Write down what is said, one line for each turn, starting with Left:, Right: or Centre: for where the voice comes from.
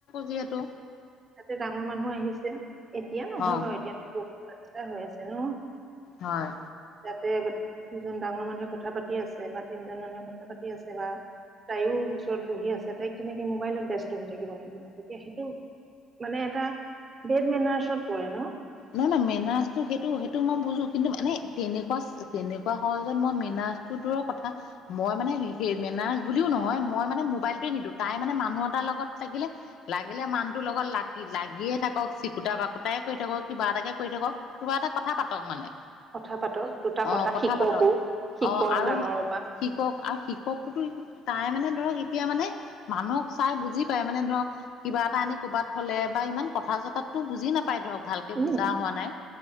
Left: যিহেতু।
Right: তাতে ডাঙৰ মানুহ আহিছে, এতিয়া নহয়
Left: অ
Right: বাৰু এতিয়া তেওঁ বহুত <unintelligible> হৈ আছে ন।
Left: হয়।
Right: যাতে দুজন ডাঙৰ মানুহে কথা পাতি আছে বা তিনজন মানুহে কথা পাতি আছে বা- তাইয়ো ওচৰত বহি আছে, তাইক তেনেকে মোবাইলত ব্যস্ত হৈ থাকিব নিদিবা তেতিয়া সেইটো মানে এটা বেড মেনাৰছত পৰে ন'।
Left: নহয় নহয়, মেনাছটো সেইটো সেইটো মই বুজো কিন্তু মানে তেনেকুৱা তেনেকুৱা সহজত মই মেনা টো দূৰৰ কথা। মই মানে সেই মেনাৰছ বুলিও নহয় মই মানে মোবাইলটোৱে নিদো, তাই মানে মানুহ এটাৰ লগত থাকিলে লাগিলে মানুহটোৰ লগত লাগি লাগিয়ে থাকক, চিকুতা বাকুটাই কৰি থাকক। কিবা এটাকে কৰি থাকক, কিবা এটা কথা পাতক মানে।
Right: কথা পাতক দুটা
Left: অ
Right: কথা শিককো
Left: পাতক
Right: শিকক
Left: অ আৰু
Right: ডাঙৰৰ পৰা।
Left: শিকক আৰু শিককতো তাই মানে ধৰক এতিয়া মানে- মানুহক চাই বুজি পায় মানে ধৰক- কিবা এটা আনি ক'ৰবাত থলে বা ইমান কথা চতাতো বুজি নাপাই ধৰক ভাল বুজা
Right: উম
Left: হোৱা নাই